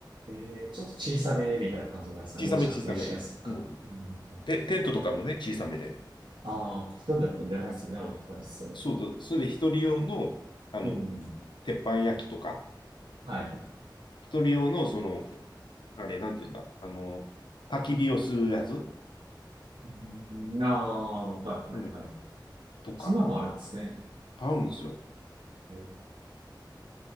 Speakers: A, on the right; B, on the left.
A: えー、ちょっと小さめみたいな感じなんですね。
B: 小さめ小さめ。
A: 持ち運びしやすいか。
B: うん。
A: うんうんうん、
B: で、テントとかもね、小さめで。
A: ああ、一人だったらいらないですよね、大きくなりそう。
B: そうだ。それで一人用の、あの、
A: うんうん。
B: 鉄板焼きとか、
A: はい。
B: 一人用の、その、あれ、なんていうんだ、あの、焚き火をするやつ、
A: うんああ、はいはいはい。
B: うん、とか、
A: そんなのもあるんですね。
B: 買うんですよ。
A: えー